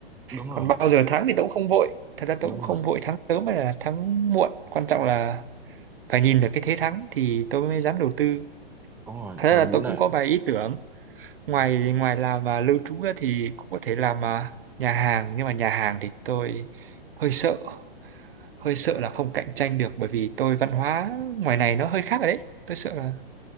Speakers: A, in the centre; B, on the right.
A: đúng
B: còn
A: rồi
B: bao giờ thắng thì tôi cũng không vội thật ra tôi
A: đúng
B: cũng không
A: rồi
B: vội thắng sớm hay là thắng muộn quan trọng là phải nhìn được cái thế thắng thì tôi mới dám đầu tư
A: Đúng rồi,
B: thật
A: thời
B: ra là
A: buổi
B: tôi cũng
A: này
B: có vài ý tưởng
A: ừ,
B: ngoài ngoài làm mà lưu trú ra thì cũng có thể làm à, nhà hàng nhưng mà nhà hàng thì tôi hơi sợ hơi sợ là không cạnh tranh được bởi vì tôi văn hóa ngoài này nó hơi khác rồi đấy tôi sợ là